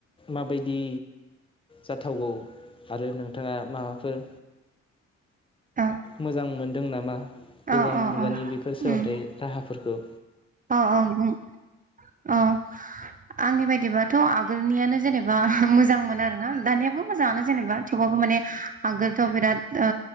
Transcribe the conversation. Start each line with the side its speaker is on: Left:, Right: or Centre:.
Left: माबायदि जाथावगौ आरो नोंथाङा माबाफोर
Right: अ
Left: मोजां मोनदों नामा? गोजाम
Right: अ अ
Left: मुगानि बेफोर सोलोंथाइ
Right: उम
Left: राहा फोरखौ
Right: अ अ ओं अ आंनि बायदिबाथ आगोलनियानो जेनेबा मोजांमोन आरोना दानियाबो मोजाङानो जेनेबा थेवबाबो माने आगोलथ बिराद ओ